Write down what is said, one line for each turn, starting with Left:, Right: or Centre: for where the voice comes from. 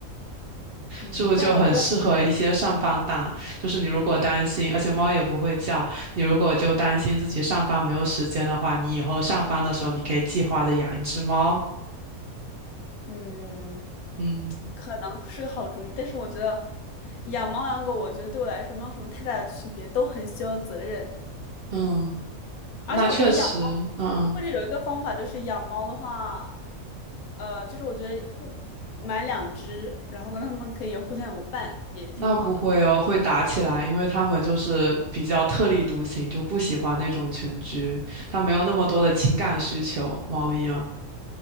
Left: 嗯，
Right: 是不是就很适合一些上班党？
Left: 但我觉得。
Right: 就是你如果担心，而且猫也不会叫，你如果就担心自己上班没有时间的话，你以后上班的时候你可以计划着养一只猫。
Left: 嗯，
Right: 嗯
Left: 可能是个好主意，但是我觉得养猫养狗，我觉得对我来说没有什么太大的区别，都很需要责任的。
Right: 嗯，
Left: 而且我觉得养猫，
Right: 那确实，嗯嗯，
Left: 或者有一个方法就是养猫的话，呃，就是我觉得不买两只，然后呢让它们可以互相有个伴，也挺好的。
Right: 那不会哦，会打起来，因为它们就是比较特立独行，就不喜欢那种群居，它没有那么多的情感需求，猫咪哦。